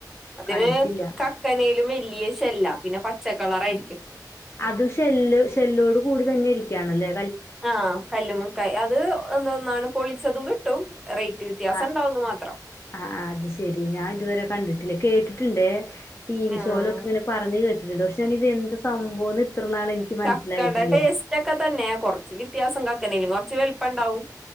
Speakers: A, in the centre; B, on the left.
A: അതിന്
B: കണ്ടിട്ടില്ല.
A: കക്കനേലും വലിയ ഷെല്ലാ പിന്നെ പച്ചക് കളറായി
B: അത് ഷെല്ല് ഷെല്ലോട് കൂടി തന്നെ ഇരിക്കാണല്ലേ
A: ആഹ് കല്ലുമക്കായി അത് ഒന്നന്നാണ് പൊളിച്ചതും കിട്ടും റേറ്റ് വ്യത്യാസം
B: അഹ്
A: ഉണ്ടാവുന്ന് മാത്രം
B: ആഹ് അത്ശെരി ഞാൻ ഇതുവരെ കണ്ടിട്ടില്ല കേട്ടി കേട്ടിട്ടുണ്ട് ടി വി
A: ആഹ്
B: ഷോയ്ലൊക്കെ ഇങ്ങനെ പറഞ്ഞു കേട്ടിട്ടുണ്ട് പക്ഷേ ഞാന് എന്ത് സംഭവംന്ന് ഇത്രനാൾ എനിക്ക്
A: ചക്കടെ
B: മനസ്സിലായിട്ടില്ല
A: ടേസ്റ്റ്ക്കെ തന്നേ കൊർച്ച് വെത്യാസങ്ങ <unintelligible> കൊർച്ച് വൽപ്പണ്ടാവും